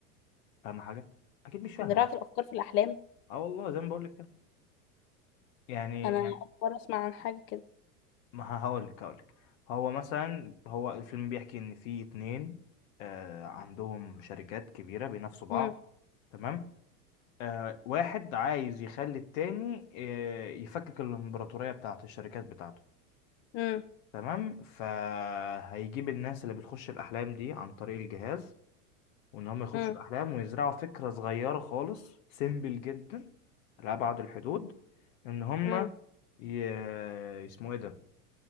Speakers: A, on the left (about 60°); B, on the left (about 30°).
A: فاهمة حاجة اكيد مش فاهمة
B: زراعة
A: صح
B: الافكار في الاحلام
A: اه والله زي ما بقول لك كده يعني
B: انا
A: يعني
B: اول مرة اسمع عن حاجة كده
A: ما هقول لك هقول لك هو مثلا هو الفيلم بيحكي ان في اتنين آه عندهم شركات كبيرة بينافسوا بعض
B: امم
A: تمام آه واحد عايز يخلي التاني آه يفكك الامبراطورية بتاعت الشركات بتاعته
B: امم
A: تمام فهيجيب الناس اللي بتخش الأحلام دي عن طريق الجهاز وإن هم يخشوا
B: امم
A: الأحلام ويزرعوا فكرة صغيرة خالص سيمبل جدا لأبعد الحدود إن هم
B: امم
A: ي... اسمه إيه ده